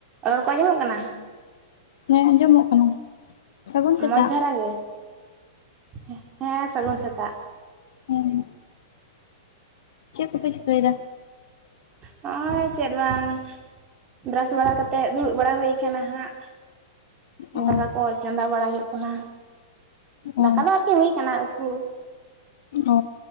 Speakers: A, on the right; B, on the left.
A: ᱨᱚᱲ ᱠᱚ ᱟᱸᱡᱚᱢᱚᱜ ᱠᱟᱱᱟ
B: ᱦᱮᱸ ᱟᱸᱡᱚᱢᱚᱜ ᱠᱟᱱᱟ ᱥᱟᱹᱜᱩᱱ ᱥᱮᱛᱟᱜ
A: ᱢᱚᱡᱽ ᱫᱷᱟᱨᱟ ᱜᱮ, ᱦᱮᱸ ᱥᱟᱹᱜᱩᱱ ᱥᱮᱛᱟᱜ᱾
B: ᱦᱮᱸ᱾ ᱪᱮᱫ ᱠᱚᱯᱮ ᱪᱤᱠᱟᱹᱭᱮᱫᱟ᱾
A: ᱦᱚᱸᱜ-ᱚᱭ ᱪᱮᱫ ᱵᱟᱝ᱾ ᱵᱨᱟᱥ ᱵᱟᱲᱟ ᱠᱟᱛᱮᱜ ᱫᱩᱲᱩᱵ ᱵᱟᱲᱟ ᱦᱩᱭ ᱟᱠᱟᱱᱟ ᱦᱟᱸᱜ᱾
B: ᱚ
A: ᱫᱟᱠᱟ ᱠᱚ ᱪᱚᱸᱫᱟ ᱵᱟᱲᱟ ᱦᱩᱭᱩᱜ ᱠᱟᱱᱟ᱾
B: ᱚ
A: ᱫᱟᱠᱟ ᱫᱚ ᱟᱨᱠᱤ ᱦᱩᱭ ᱟᱠᱟᱱᱟ, ᱩᱛᱩ
B: ᱚ